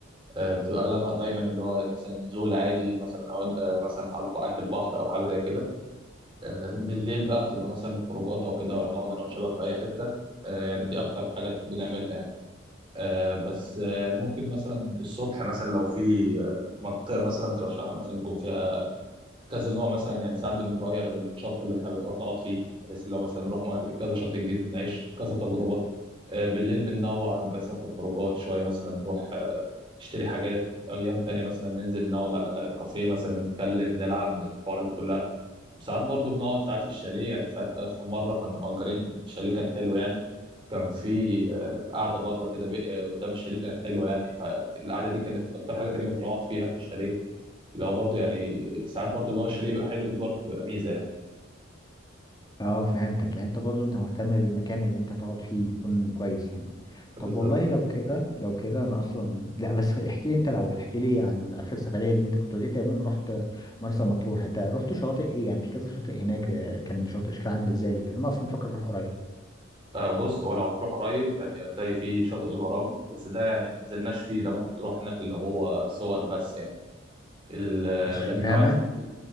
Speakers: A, on the right; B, on the left.
A: آه، بتبقى اغلبها دايما اللي هو مثلا زول عادي مثلا او آه، مثلا على- عند البحر او حاجه زي كده آه، بالليل بقى بتبقى مثلا خروجات او كده ولا نقعد انا والشباب في اي حته آه، يعني دي اكتر حاجه بنعملها يعني آه، بس آه، يعني ممكن مثلا الصبح مثلا لو في آه، منطقه مثلا ترشحها مثلا يكون فيها كذا نوع مثلا يعني ساعات بنغير الشط اللي احنا بنروح نقعد فيه بحيث لو مثلا نروح مناطق- كذا شط جديد نعيش كذا تجربة آه، بالليل بننوع مثلا في الخروجات شوية مثلا نروح آه، نشتري حاجات أيام تانية مثلا ننزل نقعد على الكافيه مثلا نتكلم نلعب الحوارات دي كلها وساعات برضو بنقعد ساعات في الشاليه يعني ساعات آخر مرة كنا مأجرين شاليه كان حلو يعني كان في آه، قعدة بره كده بي- آه، قدام الشاليه كانت حلوة يعني فالقعدة دي كانت أكتر حاجة تقريبا بنقعد فيها في الشاليه اللي هو برضه يعني ساعات برضه اللي هو الشاليه يبقى حلو دي برضه بتبقى ميزه يعني
B: اه فهمتك يعني انت برضو انت مهتم بالمكان اللي انت تقعد فيه يكون كويس يعني
A: بالظبط
B: طب والله لو كده لو كده انا اصلا <laughs> لا بس احكي لي انت الاول احكي لي عن اخر سفرية دي انت كنت قلت لي تقريبا رحت مرسى مطروح انت رحت شواطئ ايه يعني في كذا شاطئ هناك آه، كان شاطئ شكل عامل ازاي لان انا اصلا بفكر اروح قريب
A: آه، بص هو لو هتروح قريب يعني هتلاقي فيه شاطئ الغرام بس ده يعني ما نزلناش فيه ده ممكن تروح هناك اللي هو صور بس يعني ال-
B: اشمعنى
A: لكن لو عايز تنزل